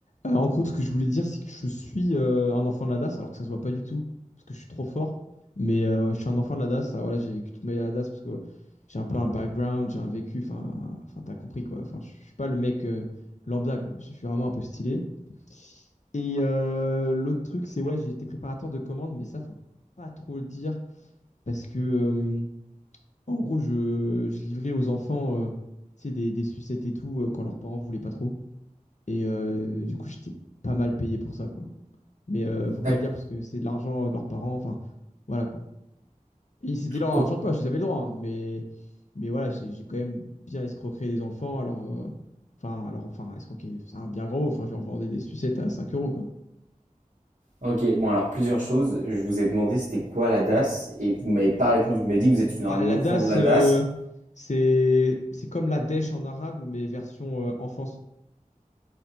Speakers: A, on the left (about 60°); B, on the right (about 65°).
A: Euh, en gros, ce que je voulais dire, c'est que je suis euh, un enfant de la DAS, alors que ça se voit pas du tout, parce que je suis trop fort. Mais euh, ouais, je suis un enfant de la DAS. Ah, voilà, j'ai vécu toute ma vie à la DAS parce que euh, j'ai un peu un background, j'ai un vécu. Enfin, enfin, t'as compris quoi. Enfin, je suis pas le mec euh, lambda quoi. Je suis vraiment un peu stylé. Et euh, l'autre truc, c'est ouais, j'ai été préparateur de commandes, mais ça, faut pas trop le dire parce que euh, en gros, je, je livrais aux enfants, euh, tu sais, des, des sucettes et tout euh, quand leurs parents voulaient pas trop. Et euh, du coup, j'étais pas mal payé pour ça quoi. Mais euh, faut
B: D'ac-
A: pas le dire parce que c'est de l'argent de leurs parents. Enfin, voilà quoi. Et c'était leur
B: ok.
A: argent de poche, ils avaient le droit. hein, mais, mais voilà, j'ai j'ai quand même bien escroqué des enfants. Alors, euh, enfin, alors, enfin, escroquer, c'est un bien grand mot. Enfin, je leur vendais des sucettes à cinq euros quoi.
B: Ok, bon alors plusieurs choses. Je vous ai demandé c'était quoi la DAS et vous m'avez pas répondu. Vous m'avez dit que vous êtes une- un
A: Ah, la
B: enfant
A: DAS,
B: de la
A: euh,
B: DAS
A: c'est c'est comme la dèche en arabe, mais version euh, enfance.